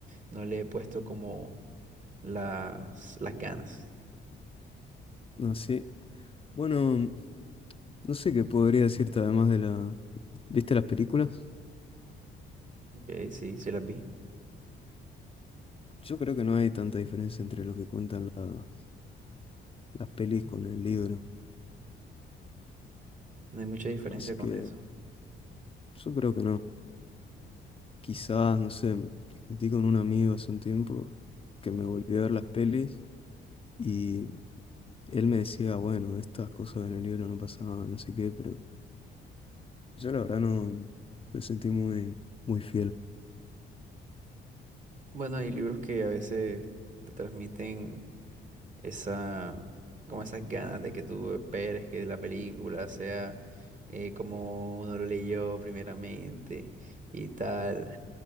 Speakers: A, on the right; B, on the left.
A: no le he puesto como Las, las ganas.
B: No sé, bueno, no sé qué podría decirte además de la... ¿Viste las películas?
A: Ok, sí, sí las vi.
B: Yo creo que no hay tanta diferencia entre lo que cuentan las, las pelis con el libro.
A: No hay mucha diferencia
B: Así
A: con
B: que
A: eso.
B: yo creo que no. Quizás, no sé, discutí con un amigo hace un tiempo que me volvió a ver las pelis. Y Él me decía, bueno, estas cosas en el libro no pasaban, no sé qué, pero yo la verdad no me sentí muy, muy fiel.
A: Bueno, hay libros que a veces te transmiten esa, como esas ganas de que tú esperes que la película sea eh, como uno lo leyó primeramente y tal.